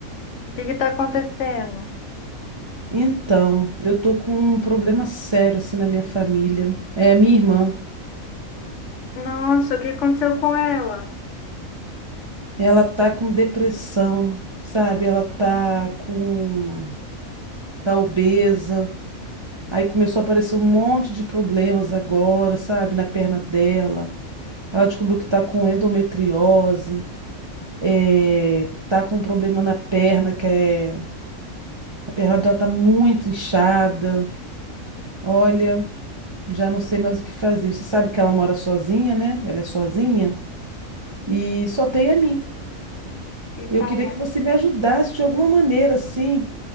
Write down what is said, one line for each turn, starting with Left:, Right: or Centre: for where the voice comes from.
Left: O que que tá acontecendo?
Right: Então, eu tô com um problema sério assim na minha família. É a minha irmã.
Left: Nossa, o que aconteceu com ela?
Right: Ela tá com depressão, sabe? Ela tá
Left: Hum.
Right: com tá obesa. Aí começou a aparecer um monte de problemas agora, sabe? Na perna dela. Ela descobriu que tá com endometriose, é... tá com um problema na perna que é A perna dela tá muito inchada. Olha, já não sei mais o que fazer. Você sabe que ela mora sozinha, né? Ela é sozinha e só tem a mim.
Left: E
Right: E eu
Left: parece,
Right: queria que você me ajudasse de alguma maneira, assim,